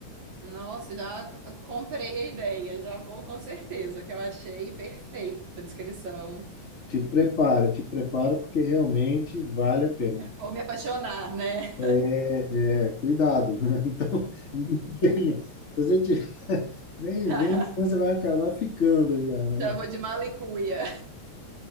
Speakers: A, on the right; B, on the left.
A: Nossa, já comprei a ideia, já vou com certeza, que eu achei perfeita a descrição.
B: Te prepara, te prepara, porque realmente vale a pena.
A: Vou me apaixonar, né?
B: É, é, cuidado, né? <laughs> Então, nem venha. Se você tiver- nem
A: <laughs>
B: vem, senão você vai acabar ficando já, né?
A: Já vou de mala e cuia.